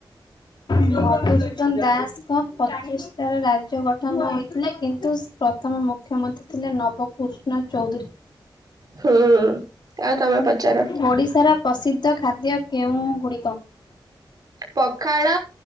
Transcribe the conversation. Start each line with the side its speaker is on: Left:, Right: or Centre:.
Left: ମଧୁସୂଦନ ଦାସଙ୍କ ପଚିଶଟାର ରାଜ୍ୟ ଗଠନ ହୋଇଇଥିଲା କିନ୍ତୁ ସେ ପ୍ରଥମ ମୁଖ୍ୟମନ୍ତ୍ରୀ ଥିଲେ ନବକୃଷ୍ଣ ଚୌଧୁରୀ।
Right: ହୁଁ ଆଉ ତମେ ପଚାର
Left: ଓଡ଼ିଶାର ପ୍ରସିଦ୍ଧ ଖାଦ୍ୟ କେଉଁ ଗୁଡିକ।
Right: ପଖାଳ